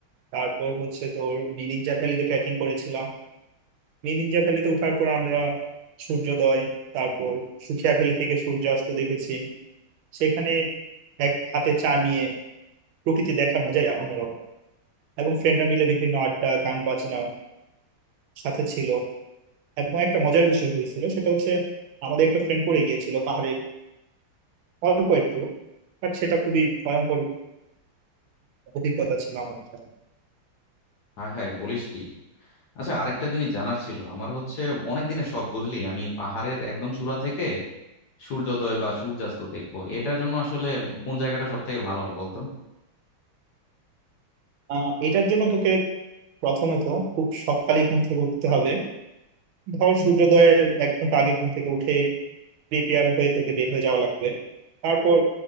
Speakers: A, on the right (about 80°); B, on the left (about 60°).
A: তারপর হচ্ছে তোর মিরিঞ্জা ভ্যালিতে ট্রেকিং করেছিলাম মিরিঞ্জা ভ্যালিতে ওঠার পর আমরা সূর্যোদয় তারপর সুখিয়া ভ্যালি থেকে সূর্যাস্ত দেখেছি সেখানে এক হাতে চা নিয়ে প্রকৃতি দেখার মজাই অন্যরকম এবং ফ্রেন্ডরা মিলে বিভিন্ন আড্ডা গান বাজনা সাথে ছিল এবং একটা মজার বিষয় হয়েছিল সেটা হচ্ছে আমাদের একটা ফ্রেন্ড পড়ে গিয়েছিল পাহাড়ে অল্প একটু বাট সেটা খুবই ভয়ঙ্কর অভিজ্ঞতা ছিল আমার জন্য।
B: হাই হাই বলিস কি আচ্ছা আরেকটা জিনিস জানার ছিল আমার হচ্ছে অনেক দিনের শখ বুঝলি আমি পাহাড়ের একদম চূড়া থেকে সূর্যোদয় বা সূর্যাস্ত দেখবো এটার জন্য আসলে কোন জায়গাটা সব থেকে ভালো হয় বলতো
A: আহ এটার জন্য তোকে প্রথমত খুব সকালে ঘুম থেকে উঠতে হবে ধর সূর্যোদয়ের এক ঘন্টা আগে ঘুম থেকে উঠে প্রিপেয়ার হয়ে তোকে বের হয়ে যাওয়া লাগবে তারপর